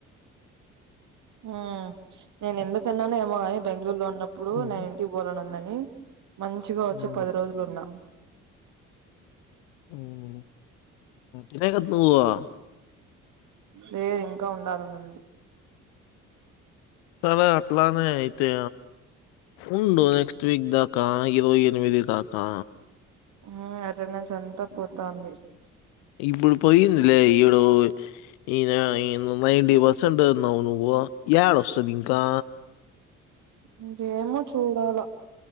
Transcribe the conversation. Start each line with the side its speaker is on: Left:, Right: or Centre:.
Right: ఊ నేను ఎందు కన్నానే ఏమో కానీ బెంగళూర్లో ఉన్నప్పుడు
Left: హ్మ్,
Right: నేన్ ఇంటికి బోలన్ ఉందని మంచిగా వచ్చి
Left: హ్మ్,
Right: పది రోజులు ఉన్నా
Left: ఉమ్ <inaudible>
Right: లేదు ఇంకా ఉండాలనుంది
Left: సరే అట్లానే అయితే ఉండు నెక్స్ట్ వీక్ దా కా ఇరవై ఎనిమిది దాకా
Right: ఊ అటెండెన్స్ అంతా పోతాంది
Left: ఇప్పుడు పోయ్యిందిలే ఈడు ఈయన నైన్టీ పర్సెంటు అన్నావ్ నువ్వు పు యాడ వస్తాది ఇంకా?
Right: ఇంకేమో చూడాల